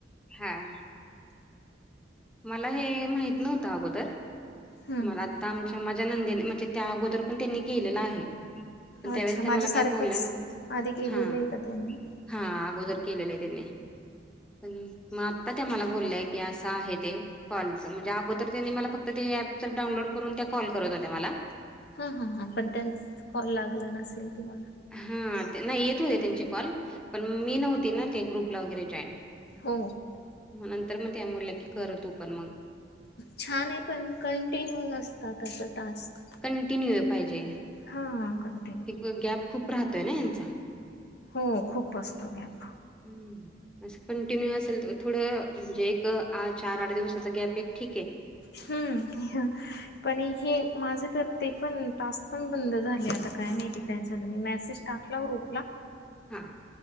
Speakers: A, in the centre; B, on the left (about 60°).
A: हम्म. मला हे माहित नव्हतं अगोदर
B: हम्म
A: मला आ आमच्या माझ्या नंदेने म्हणजे त्या अगोदर पण त्यांनी केलेलं आहे. पण त्यावेळेस
B: अच्छा
A: त्या
B: माझं
A: मला
B: सारखंच
A: काय बोललं नव्हत्या
B: आधी केलेलं
A: हा
B: आहे का त्यांनी?
A: हा अगोदर. केलेलं आहे त्यांनी पण मग आता त्या मला बोलल्याय की असं आहे ते. कॉलचं म्हणजे अगोदर त्यांनी मला फक्त ते ऍपच डाउनलोड करून त्या कॉल करत होत्या मला.
B: हा हा हां पण त्यांचा कॉल लागला नसेल तुम्हाला.
A: हा नाही येत होते त्यांचे कॉल पण मी नव्हती ना ते ग्रुपला वगैरे जॉईन.
B: हो.
A: मग नंतर मग त्या बोलल्या की कर तू पण मग.
B: छान आहे पण कंटिन्यू नसतात असं टास्क.
A: कंटिन्यू येऊ पाहिजे.
B: हा कण. <unintelligible>
A: हे गॅप खूप राहतोय ना यांचा
B: हो खूप असतो गॅप.
A: हम्म. असं कंटिन्यू असेल तर थोडं म्हणजे एक चार आठ दिवसाचा गॅप एक ठीक आहे.
B: हम्म पण हे माझे तर ते पण टास्क पण बंद झाले आता काय माहिती काय झालं मी मेसेज टाकला ग्रुपला
A: हा.